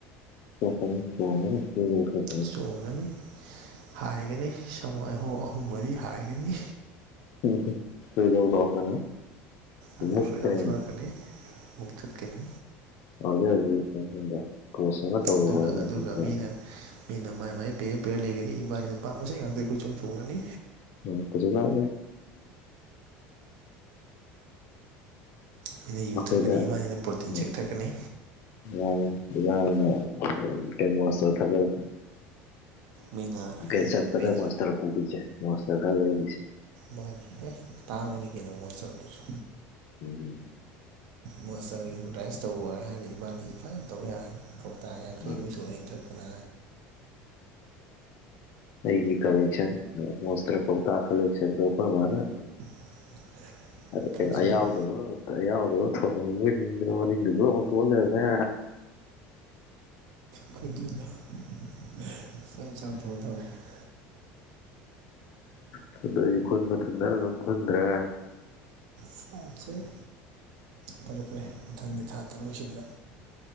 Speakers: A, on the left; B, on the right.
A: <unintelligible>
B: ꯆꯣꯡꯒꯅꯤ ꯍꯥꯏꯒꯅꯤ ꯁꯍ ꯑꯍꯨꯝ ꯃꯔꯤ ꯍꯥꯏꯒꯅꯤ
A: <unintelligible>
B: ꯑꯗꯨ
A: ꯃꯨꯛꯇ꯭ꯔꯤꯅꯤ
B: ꯐꯣꯏꯗꯁꯨꯔꯀꯅꯤ ꯃꯛ ꯊꯠꯀꯅꯤ
A: ꯍꯧꯖꯤꯛ ꯍꯧꯖꯤꯛ ꯀꯣꯟꯗ ꯄꯣꯁ ꯑꯃ ꯇꯧꯔꯨ
B: ꯑꯗꯨꯒ
A: ꯍꯥꯏꯕ
B: ꯑꯗꯨꯒ
A: ꯃꯇꯝꯗ
B: ꯃꯤꯅ ꯃꯤꯅ ꯃꯥꯏ ꯃꯥꯏ ꯄꯦꯌꯔ ꯄꯦꯌꯔ ꯂꯩꯒꯅꯤ ꯏꯕꯥꯅꯤꯅ ꯅꯨꯄꯥ ꯃꯁꯦꯟ ꯉꯥꯛꯇ ꯀꯣꯏꯆꯣꯡ ꯆꯣꯡꯒꯅꯤ
A: <unintelligible>
B: ꯃꯤꯅ ꯌꯨ
A: ꯑꯩꯈꯣꯏꯗ
B: ꯊꯛꯀꯅꯤ ꯏꯃꯥꯅꯤꯅ ꯄ꯭ꯔꯣꯇꯤꯟ
A: ꯎꯝ
B: ꯁꯦꯛ ꯊꯛꯀꯅꯤ
A: <unintelligible>
B: ꯃꯤꯅ
A: ꯀꯦꯁ ꯀꯗꯥ
B: ꯃꯤꯅ
A: ꯃꯁ ꯇꯔ ꯄꯨꯒꯁꯦ ꯃꯁ ꯇꯔ ꯈꯔ ꯂꯏꯁꯤꯦ
B: ꯃꯥꯅꯦ ꯍꯦ ꯇꯥꯡꯕꯅꯤ ꯀꯩꯅꯣ ꯃꯣ ꯆꯔ ꯑꯗꯨꯁꯨ
A: ꯎꯝ ꯎꯝ
B: ꯃꯣꯁꯇꯔꯒꯤ ꯑꯦꯗꯚꯔꯇꯥꯏꯁ ꯇꯧꯕ ꯍꯥꯏꯔꯗꯤ ꯏꯕꯥꯅꯤꯁꯤ ꯐꯖꯅ ꯇꯧ ꯌꯥꯔꯅꯤ ꯇ ꯌꯥꯡꯈꯩꯃꯨꯛ
A: ꯎꯝ
B: ꯁꯨꯔꯦ ꯑꯩ ꯊꯛꯄꯅ
A: ꯑꯩꯒꯤ ꯀꯂꯦꯛꯁꯟ ꯃꯣꯁꯇ꯭ꯔ ꯀꯧꯇꯥ ꯀꯂꯦꯛꯁꯟꯗꯣ ꯑꯩꯈꯣꯏ ꯃꯥꯅ
B: <unintelligible> ꯏꯀꯥꯏꯖꯈ꯭ꯔꯦ
A: ꯀꯩꯅꯣ ꯑꯌꯥꯎꯗꯣ ꯑꯌꯥꯎꯗꯣ ꯊ ꯃꯅꯤꯡꯗꯅ ꯂꯣꯏ ꯍꯨꯟꯇꯣꯛ ꯑ ꯂꯩꯔꯃꯦ
B: <unintelligible> ꯊꯣꯛꯗꯕ
A: ꯍ ꯑꯕꯒꯤ ꯨꯟꯕ ꯇꯟꯗꯅ ꯑꯗꯨꯝ ꯈꯨꯟꯗ꯭ꯔꯦ
B: ꯁꯠꯆꯩ ꯐꯔꯦ ꯐꯔꯦ ꯃꯊꯪꯒꯤ ꯊꯥ ꯇꯔꯨꯛꯁꯤꯗ